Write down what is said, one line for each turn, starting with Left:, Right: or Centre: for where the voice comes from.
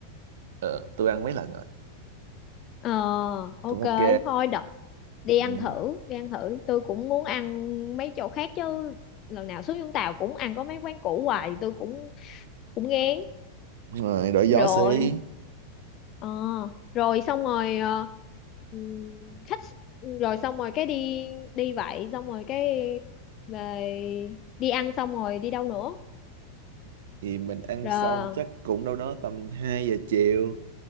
Right: ờ, tôi ăn mấy lần rồi
Left: ờ ok
Right: cũng ok
Left: thôi đọc đi
Right: ừ.
Left: ăn thử đi ăn thử tôi cũng muốn ăn mấy chỗ khác chứ lần nào xuống Vũng Tàu cũng ăn có mấy quán cũ hoài tôi cũng cũng ngán
Right: đúng rồi đổi gió
Left: rồi
Right: xí
Left: Ờ, rồi xong rồi ờ, ừm, khách rồi xong rồi cái đi đi vậy xong rồi cái về đi ăn xong rồi đi đâu nữa
Right: thì mình ăn
Left: rồi
Right: xong chắc cũng đâu đó tầm hai giờ chiều